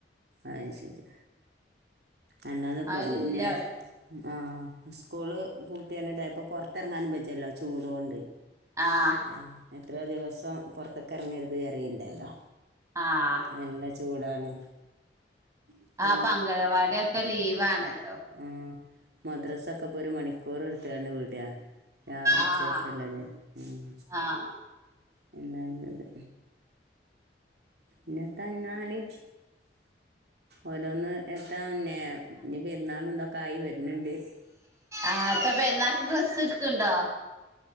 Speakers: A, on the right; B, on the right.
A: അഹ് ശരി അല്ലാതെപ്പ
B: ആരുല്ല
A: <unintelligible> ന്നെ
B: അവിടെ
A: ആഹ് സ്കൂള് പൂട്ടിയർഞ്ഞ്ട്ട് എഹ് പ്പൊ പൊർത്തെറങ്ങാനും ബെജ്ജല്ലോ ചൂടോണ്ട്
B: ആഹ്
A: ഏ എത്രയോ ദിവസം പൊർത്ത്ക്കെറങ്ങര്ത്അറിണ്ടല്ലോ
B: ആഹ്
A: നല്ല ചൂടാണ് ഇപ്പൊ
B: ആഹ് പ്പ അംഗലവാടി ഒക്കെ ലീവ് ആണല്ലോ
A: ആഹ് മദ്രസൊക്കെ ഇപ്പൊ ഒരു മണിക്കൂർ ഇട്ത്ത്കാണ്ട് വിടാ രാ ഉച്ചെകക്ള്ളത്
B: ആഹ്
A: ഉം
B: ആഹ്
A: പിന്നല്ലത് ഇന്നെ തന്നാളി ഓരോന്ന് എത്താ പിന്നെ ഇഞ് പെരുന്നാളും ഇതൊക്കായി വെര്ന്ണ്ട്
B: ആഹ് അപ്പ പെരുന്നാക്ക് ഡ്രസ്സ് ഇട്ക്ക് ണ്ടോ